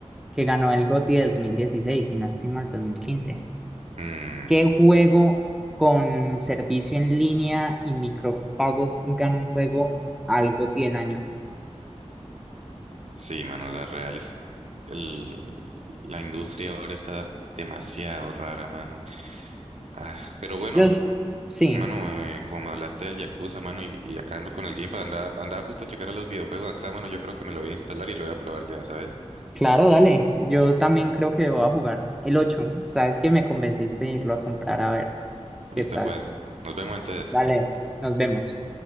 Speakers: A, in the centre; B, on the right (about 70°).
A: que ganó el GOTY de 2016 y no estoy mal, dos mil quince
B: Mm,
A: ¿Qué juego con servicio en línea y micropagos gana un juego al GOTY del año?
B: Sí, mano, la real es el, la industria ahora está demasiado rara, mano. Ah, pero bueno,
A: Yo s- sí,
B: mano, eh, como me hablaste del Yakuza, mano, y, y acá ando con el Gamepad, andaba, andaba justo a checar a los videojuegos acá, mano, yo creo que me lo voy a instalar y lo voy a probar ya, ¿sabes?
A: claro, dale. Yo también creo que voy a jugar el ocho Sabes que me convenciste de irlo a comprar a ver
B: Listo,
A: qué tal.
B: pues, nos vemos entonces.
A: Dale, nos vemos.